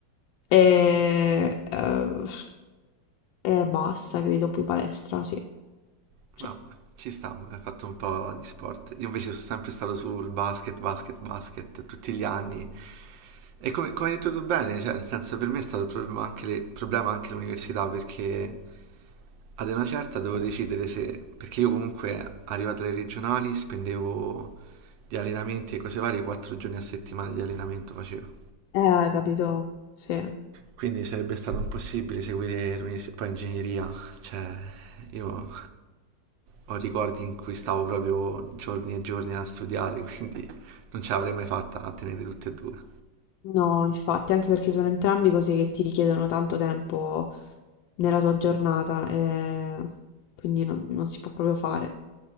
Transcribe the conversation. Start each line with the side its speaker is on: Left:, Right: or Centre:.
Left: E, eh, e basta, credo, poi palestra, sì.
Right: <laughs> Vabbè,
Left: Sì.
Right: ci sta, hai fatto un po' di sport. Io invece sono sempre stato sul basket, basket, basket, tutti gli anni. E come, come hai detto tu bene, cioè, nel senso, per me è stato un problema anche le- problema anche l'università, perché Ad una certa devo decidere se, perché io comunque arrivato alle regionali spendevo di allenamenti e cose varie, quattro giorni a settimana di allenamento facevo.
Left: Eh, capito? Sì.
Right: Quindi sarebbe stato impossibile seguire l'università, poi ingegneria, cioè io ho ricordi in cui stavo proprio giorni e giorni a studiare, <laughs> quindi non ce l'avrei mai fatta a tenere tutte e due.
Left: No, infatti, anche perché sono entrambi cose che ti richiedono tanto tempo nella tua giornata, e quindi non, non si può proprio fare.